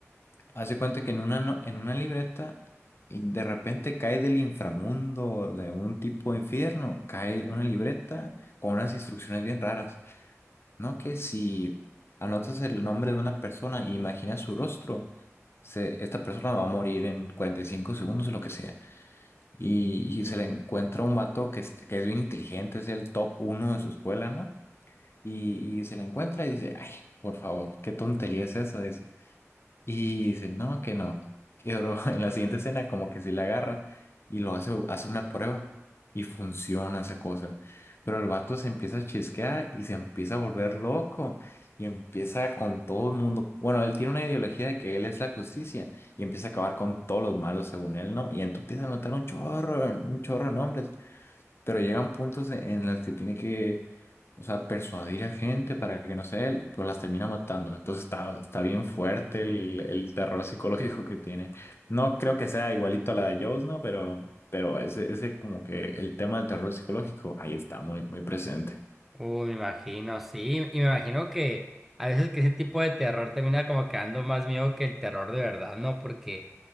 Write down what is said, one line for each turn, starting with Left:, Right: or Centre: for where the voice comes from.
Left: Hace cuenta que en una, no- en una libreta y de repente cae del inframundo, de un tipo infierno, cae una libreta con unas instrucciones bien raras, ¿no? Que si anotas el nombre de una persona y imaginas su rostro, se- esta persona va a morir en 45 segundos o lo que sea. Y, y se le encuentra un vato que es, que es bien inteligente, es el top uno de su escuela, ¿no? Y, y se le encuentra y dice, ay, por favor, qué tontería es esa, y dice, no, que no. Y bro, <laughs> en la siguiente escena como que sí la agarra y lo hace, hace una prueba y funciona esa cosa. Pero el vato se empieza a chisquear y se empieza a volver loco y empieza con todo el mundo. Bueno, él tiene una ideología de que él es la justicia y empieza a acabar con todos los malos según él, ¿no? Y entonces empieza a notar un chorro, un chorro de nombres pero llegan puntos en, en los que tiene que, o sea, persuadir a gente para que no sé, pues las termina matando. Entonces está, está bien fuerte el, el terror psicológico que tiene. No creo que sea igualito a la de Jaws, ¿no? Pero, pero ese, ese como que el tema del terror psicológico ahí está muy, muy presente.
Centre: Uy, me imagino, sí, y me imagino que a veces que ese tipo de terror termina como quedando más miedo que el terror de verdad, ¿no? Porque